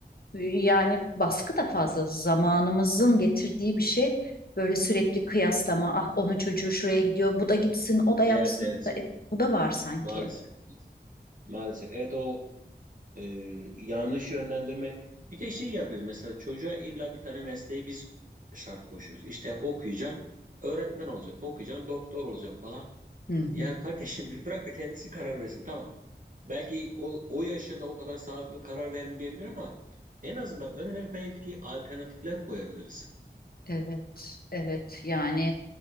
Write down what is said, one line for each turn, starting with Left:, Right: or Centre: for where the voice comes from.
Left: E, Yani baskı da fazla zamanımızın getirdiği bir şey. Böyle sürekli kıyaslama ah onun çocuğu şuraya gidiyor bu da gitsin o da
Right: Evet,
Left: yapsın
Right: evet.
Left: bu da, bu da var sanki.
Right: Maalesef. Maalesef. Evet o e, yanlış yönlendirme. Bir de şey yapıyoruz. Mesela çocuğa illa bir tane mesleği biz şart koşuyoruz. İşte okuyacaksın, öğretmen olacaksın, okuyacaksın, doktor olacaksın falan.
Left: Hı hı.
Right: Ya kardeşim bir bırak da kendisi karar versin tamam. Belki o, o yaşında o kadar sağlıklı karar vermeyebilir ama en azından önüne belki alternatifler koyabiliriz.
Left: Evet, evet yani